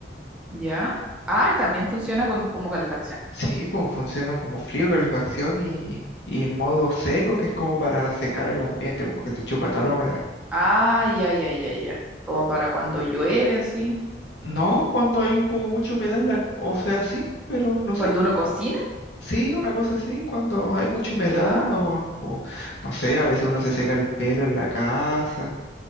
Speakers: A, in the centre; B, on the left.
A: ya. Ah, ¿y también funciona con, como calefacción.
B: Sí, pues funciona como frío, calefacción y, y en modo seco, que es como para secar el ambiente, como que se chupa tal humedad.
A: Ah, ya, ya, ya, ya. Como para cuando llueve, así.
B: No, cuando hay como mucha humedad, en la, o sea, sí, pero no sé.
A: Cuando uno cocina.
B: Sí, una cosa así, cuando hay mucha humedad
A: Ya.
B: o, o, no sé, a veces uno se seca el pelo en la casa